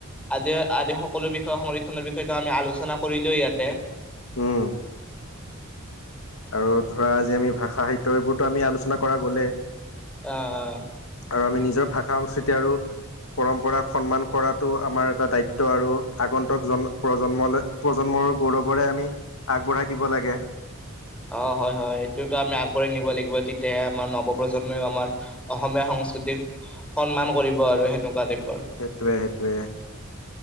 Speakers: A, in the centre; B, on the left.
A: আদি-আদি সকলো বিষয় সংৰক্ষণৰ বিষয়টো আমি আলোচনা কৰিলোৱে ইয়াতে।
B: উম। আৰু ধৰা আজি আমি ভাষা সাহিত্য এইবোৰতো আমি আলোচনা কৰা গ'লে।
A: অ', অ'।
B: আৰু আমি নিজৰ ভাষা-সংস্কৃতি আৰু পৰম্পৰাক সন্মান কৰাটো আমাৰ এটা দায়িত্ব, আৰু আগন্তুক জন-প্ৰজন্মলৈ প্ৰজন্মৰ গৌৰৱৰে আমি আগবঢ়াই দিব লাগে।
A: অ', হয়, হয়। এইটোৱেতো আমি আগবঢ়াই নিব লাগিব তেতিয়াহে আমাৰ নৱপ্ৰজন্মইও আমাৰ অসমীয়া সংস্কৃতিক সন্মান কৰিব আৰু সেনেকুৱা টাইপৰ।
B: হেইটোৱে, হেইটোৱে।